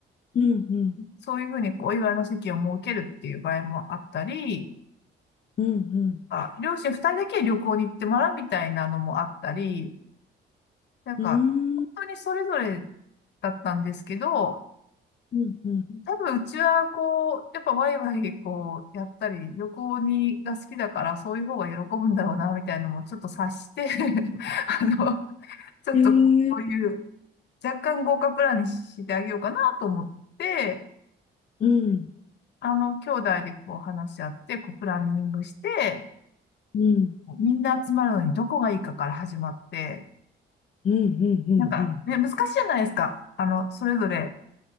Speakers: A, on the left; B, on the left.
A: うんうん。
B: そういうふうにお祝いの席を設けるっていう場合もあったり、
A: うんうん。
B: あ、両親二人だけ旅行に行ってもらうみたいなのもあったり、なんか、
A: うーん。
B: 本当にそれぞれだったんですけど、
A: うんうん。
B: 多分うちはこう、やっぱワイワイこうやったり、旅行にが好きだからそういう方が喜ぶんだろうな、みたいなのもちょっと察して <laughs> あの、ちょっとこういう
A: へえ。
B: 若干豪華プランにしてあげようかなと思って、で
A: うん。
B: あの、兄弟でこう話し合って、こうプランニングして、
A: うん。
B: みんな集まるのにどこがいいかから始まって、
A: うんうんうんうん。
B: なんかね、難しいじゃないですか。あの、それぞれ